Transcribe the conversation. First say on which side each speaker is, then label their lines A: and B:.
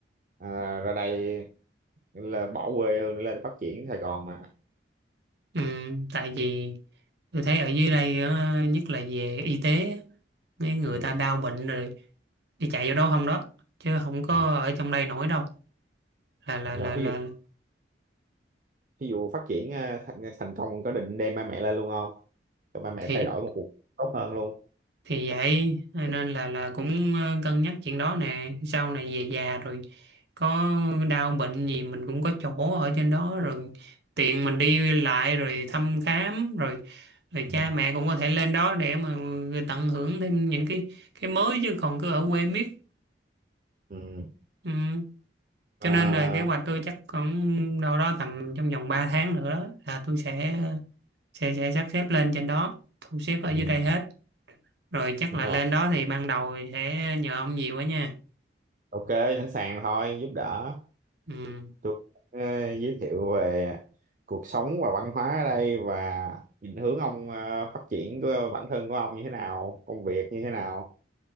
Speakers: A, on the right; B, on the right.
A: à, ra đây là bỏ quê hương để lên phát triển Sài Gòn mà
B: Ừ, tại vì tôi thấy ở dưới đây á, nhất là về y tế á, mấy người
A: ừ.
B: ta đau bệnh rồi đi chạy vô đâu không đó chứ không có
A: ừ.
B: ở trong đây nổi đâu là
A: rồi
B: là là
A: ví
B: là
A: dụ ví dụ phát triển à, thành, ờ, thành công có định đem ba mẹ lên luôn không cho ba mẹ
B: thì
A: thay đổi một cuộc tốt hơn luôn
B: thì vậy nên là là cũng ờ, cân nhắc chuyện đó nè sau này về già rồi có đau bệnh gì mình cũng có chỗ ở trên đó rồi tiện mình đi lại rồi thăm khám rồi rồi
A: Ừ.
B: cha mẹ cũng có thể lên đó để mà ừ, tận hưởng thêm những cái cái mới chứ còn cứ ở quê miết
A: ừ.
B: Ừ. Cho
A: À,
B: nên là kế hoạch tôi chắc khoảng đâu đó tầm trong vòng 3 tháng nữa đó, là tôi sẽ sẽ sẽ sắp xếp lên trên đó, thu xếp ở
A: ừ.
B: dưới đây hết. Rồi chắc
A: đúng
B: là
A: rồi
B: lên đó thì ban đầu sẽ nhờ ông nhiều quá nha.
A: ok sẵn sàng thôi giúp đỡ
B: Ừ.
A: tôi ờ, giới thiệu về cuộc sống và văn hóa ở đây và định hướng ông ờ, phát triển của bản thân của ông như thế nào công việc như thế nào